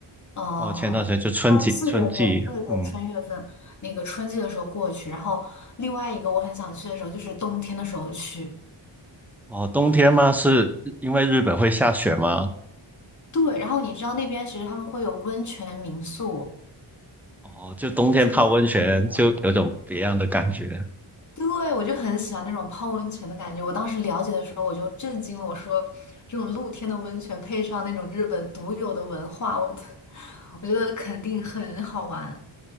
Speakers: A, on the left; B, in the centre.
A: 呃，
B: 哦，前段时间就春季，
A: 但四月份，
B: 春季，
A: 对对，
B: 嗯。
A: 春月份那个春季的时候过去，然后另外一个我很想去的时候就是冬天的时候去。
B: 哦，冬天吗？是因为日本会下雪吗？
A: 对，然后你知道那边其实他们会有温泉民宿，
B: 哦，就冬天泡温泉就有种别样的感觉，
A: 是露天的。对，我就很喜欢那种泡温泉的感觉。我当时了解的时候，我就震惊了，我说这种露天的温泉配上那种日本独有的文化，我 <laughs> 我觉得肯定很好玩。